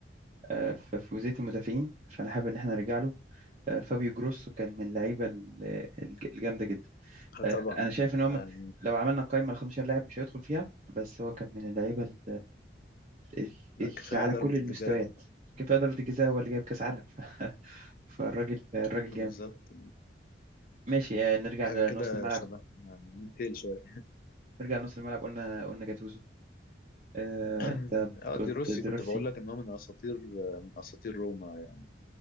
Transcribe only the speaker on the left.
اه
طبعا
آه،
يعني
كفاية
ضربة
الجزاء يعني
بالظبط
حاجة
كده
شبه ممكن شوية
<clears throat>
اه دي
روسي
كنت بقول لك إن هو من أساطير من أساطير روما يعني